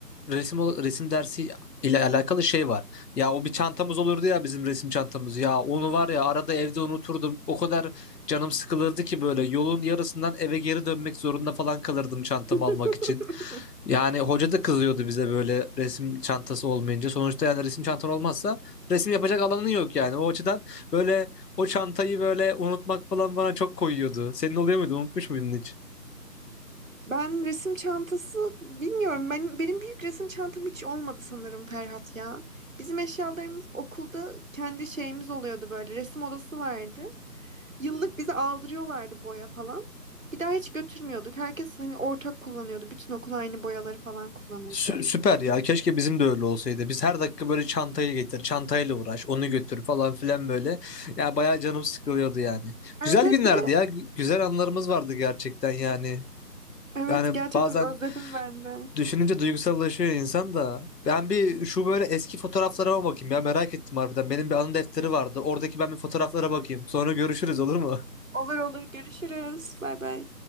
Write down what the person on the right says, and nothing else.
<laughs>
Ben resim çantası bilmiyorum. Ben benim büyük resim çantam hiç olmadı sanırım Ferhat ya. Bizim eşyalarımız okulda kendi şeyimiz oluyordu böyle. Resim odası vardı. Yıllık bize aldırıyorlardı boya falan. Bir daha hiç götürmüyorduk. Herkes hani ortak kullanıyordu. Bütün okul aynı boyaları falan kullanırdı.
Evet evet
bir de
evet
gerçekten
özledim ben de.
Olur olur görüşürüz. Bay bay.